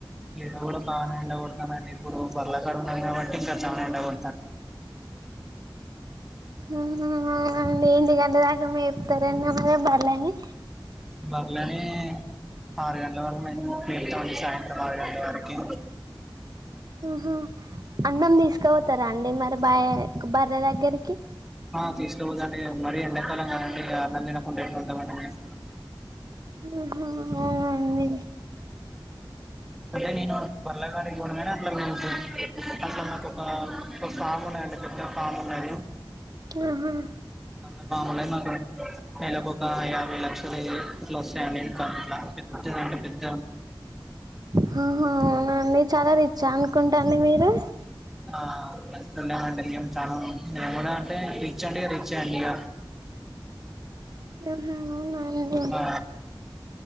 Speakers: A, in the centre; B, on the right.
A: ఇడా కూడా బానే ఎండ కొడతాండి ఇప్పుడు బార్ల కడ ఉన్నాం కాబట్టి ఇంకా చానా ఎండ కొ
B: ఆహా ఏంది గంటదాక తరనే మ బర్లని
A: బర్లేని ఆరు గంటల వరక్ మే మేతామండి సాయంత్రం ఆరు గంటలవరకి
B: ఆహా అన్నం తీసుకుపోతారా అండి మరి బాయ బర్రె దగ్గరికి
A: ఆ తీసుకోపోతండి మరి ఎండాకాలం కాదండి అన్నం తినకుండా ఎట్లు ఉంటామండి మేము
B: ఉహ్ అవునండి
A: అదే నేను బార్లగడికి పోనుగని అట్లా నేను నక్ ఒక కొ ఫామ్ ఉండండి పెద్ద ఫామ్ ఉన్నది
B: ఆహా
A: అట్లా ఫామ్ ఉన్నది మాకు నెలకి ఒక యాభై లక్షలు ఇట్లా వస్తాయండి ఇంకా అట్లా పెద్దంటే పెద్ద
B: హోహో అవునండి చాలా రిచ్ అనుకుంటండి మీరు
A: ఆ చూడలేమండి చాలా నేను కూడా అంటే రీచ్ అండి రీచ్ ఎ అండి ఇగ
B: ఆహా అవునా అండి
A: ఆ